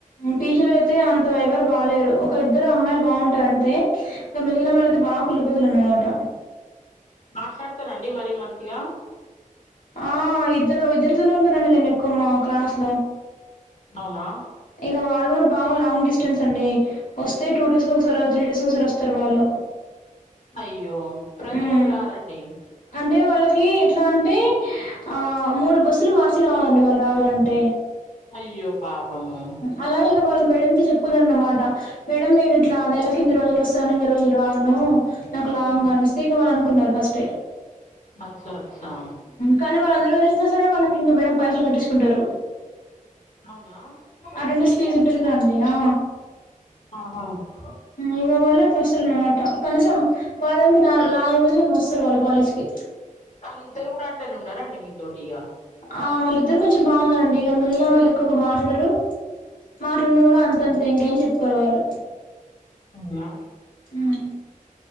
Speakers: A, on the left; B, on the left.
A: పిజీలో అయితే అంత ఎవరు బాలేరు ఒక ఇద్దరు అమ్మాయిలు బాగుంటయి అంతే ఇ మిగిలిన వాళ్లు బా కుళ్ళుబోతులన్నమాట
B: మాట్లాడతారండి మరి మంచిగా
A: ఆ ఇద్దరు ఇద్దర్థోనే ఉంటానండి నేను ఎక్కువ మా క్లాస్ లో
B: అవునా
A: ఇక వాళ్ళు కూడా బాగా లాంగ్ డిస్టెన్స్ అండి వస్తే టూ డేస్ ఒకసారీ త్రీ డేస్కి ఒకసారి వస్తారు వాళ్ళు
B: అయ్యో ప్రతి
A: ఉమ్
B: రోజు రారండి
A: అంటే వాళ్ళకి ఎట్లా అంటే ఆ మూడు బస్సులు మార్చి రావాలండి వాళ్ళు రావాలంటే
B: అయ్యో పాపమో
A: అలాగ ఇగా వాళ్ళు మేడంతో చెప్పుకున్నారన్నమాట మేడం నేను ఇట్లా నెల కిన్ని రోజులు వస్తాను ఇన్ని రోజులు రాను నాకు లాంగ్
B: ఉమ్.
A: అనేసి ఇగ వాళ్ళు అనుకున్నారు ఫస్టే
B: అచ్చ అచ్చా
A: కానీ వాళ్ళందరూ వేసిన సర వాళ్ళకి ఇంకా మేడమ్ పైసలు కట్టించుకుంటారు
B: అవునాఆహా
A: అటెండెన్స్ ఫీజు ఉంటది కదండి ఆ ఇగ వాల్ల అట్లా వస్తరన్న మాట కనీసం వారానికి నాలుగు నాలుగు రోజులు ఏమో వస్తారు వాళ్ళు కాలేజ్ కి
B: వాళ్ళు ఇద్దరు కూడా అట్లనే ఉన్నారండి మీతోటి ఇగ
A: ఆ వాళ్ళిద్దరు కొంచెం బాగున్నారండి ఇక మిగిలిన వాళ్ళు ఎక్కువగా మాట్లాడరు మాటన్న కూడా అంతంతే ఇంకేం చెప్పుకోరూ వాళ్ళు
B: అవునా
A: ఉమ్